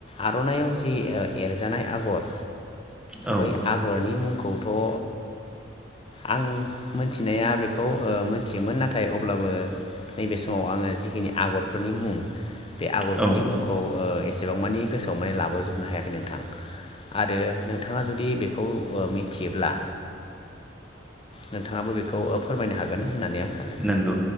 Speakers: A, on the left (about 30°); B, in the centre.
A: आर'नाइआव जि एरजानाय आगर
B: औ
A: बै आगरनि मुं आंखौथ' ओ आं मिथिनाया बेखौ मोनथियोमोन नाथाय अब्लाबो नैबे समाव आङो जिखिनि आगरफोरनि मुं बे आगरफोरनि
B: औ
A: मुंखौ ओ एसेबां मानि गोसोआव माने लाबोजोबनो हायाखै नोंथां आरो नोंथाङा जुदि बेखौ मिथियोब्ला नोंथाङाबो बेखौ फोरमायनो हागोन होननानै आं सानो
B: नंगौ